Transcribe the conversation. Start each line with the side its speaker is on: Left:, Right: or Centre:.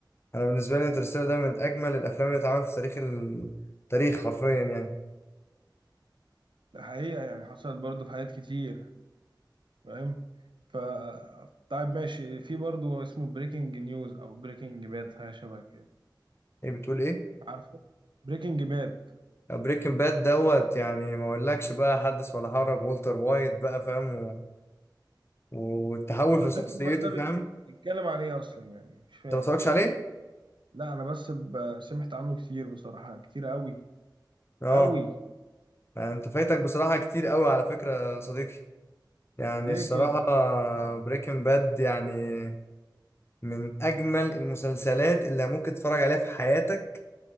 Left: أنا بالنسبة لي انترستيلر ده من أجمل الأفلام اللي اتعملت في تاريخ التاريخ حرفيا يعني
Right: ده حقيقة يعني حصلت برضه في حاجات كتير فاهم ف طيب ماشي في برضه اسمه بريكنج نيوز أو بريكنج باد حاجة شبه كده
Left: إيه بتقول إيه؟
Right: عارفه بريكنج باد
Left: بريكنج باد دوت يعني ما أقولكش بقى حدث ولا حرج والتر وايت بقى فاهم و... والتحول
Right: هو
Left: في
Right: بريكنج
Left: شخصيته
Right: باد ده
Left: فاهم
Right: بي- بيتكلم عن إيه أصلا يعني مش فاهم
Left: أنت ما اتفرجتش عليه؟
Right: لا أنا بس ب... سمعت عنه كتير بصراحة كتير أوي
Left: اه
Right: أوي
Left: يعني انت فايتك بصراحة كتير قوي على فكرة يا صديقي يعني
Right: ليه
Left: الصراحة
Right: كده
Left: بريكنج باد يعني من أجمل المسلسلات اللي ممكن تتفرج عليها في حياتك